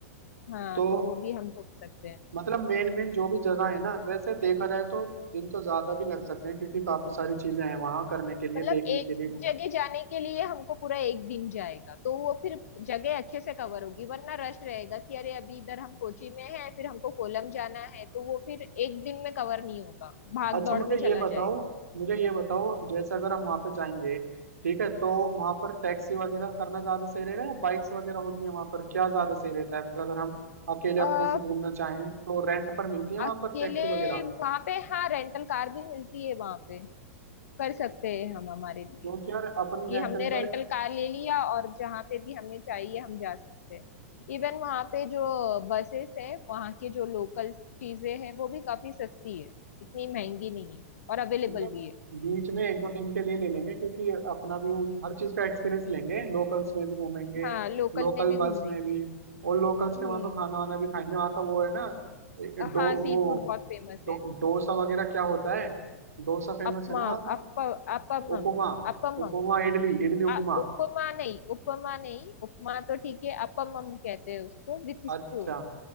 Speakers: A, on the left (about 70°); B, on the right (about 85°).
A: हाँ
B: तो
A: तो वो भी हम रुक सकते हैं
B: मतलब मेन मेन जो भी जगह है ना वैसे देखा जाए तो दिन तो ज्यादा भी लग सकते हैं क्योंकि काफी सारी चीजें हैं वहां करने के लिए
A: मतलब
B: देखने
A: एक
B: के लिए
A: जगह जाने के लिए हमको पूरा एक दिन जाएगा तो वो फिर जगह अच्छे से कवर होगी वरना रश रहेगा कि अरे अभी इधर हम कोची में हैं फिर हमको कोलम जाना है तो वो फिर एक दिन में कवर नहीं होगा भाग
B: अच्छा
A: दौड़
B: मुझे
A: में चला
B: ये बताओ
A: जाएगा
B: मुझे ये बताओ जैसे अगर हम वहां पे जाएंगे ठीक है तो वहां पर टैक्सी वगैरह करना ज्यादा सही रहेगा या बाइक्स वगैरह होती है वहां पर क्या ज्यादा सही रहता है मतलब अगर हम अकेले अपने
A: हाँ
B: से घूमना चाहें तो रेंट पर मिलती है वहां
A: अकेले
B: पर टैक्सी वगैरह
A: वहां पे हाँ रेंटल कार भी मिलती है वहां पे कर सकते हैं हम हमारे लिए
B: क्योंकि यार अपने
A: कि
B: रेंटल
A: हमने रेंटल
B: कार
A: कार ले लिया और जहाँ पे भी हमें चाहिए हम जा सकते हैं इवन वहां पे जो बसेस है वहां के जो लोकल चीजें हैं वो भी काफी सस्ती है इतनी महंगी नहीं है और अवेलेबल
B: मतलब
A: भी है
B: बीच में एक दो दिन के लिए ले लेंगे क्योंकि अपना भी वो हर चीज का एक्सपीरियंस लेंगे लोकल्स में भी घूमेंगे
A: हाँ लोकल
B: लोकल
A: में भी
B: बस
A: घूमेंगे
B: में भी और लोकल्स
A: हम्म
B: के वहाँ पे खाना वाना भी खाएंगे वहाँ का वो है ना ए- ए- डो
A: हाँ सी
B: वो
A: फूड बहुत फेमस
B: डो,
A: है
B: डोसा वगैरह क्या होता है डोसा फेमस
A: अपमा
B: है ना वहाँ का
A: अप अपमम
B: उपमा
A: अपमम
B: उपमा इडली इडली उपमा
A: आ, उपमा नहीं उपमा नहीं उपमा तो ठीक है अपम हम कहते हैं उसको विथ
B: अच्छा
A: स्टू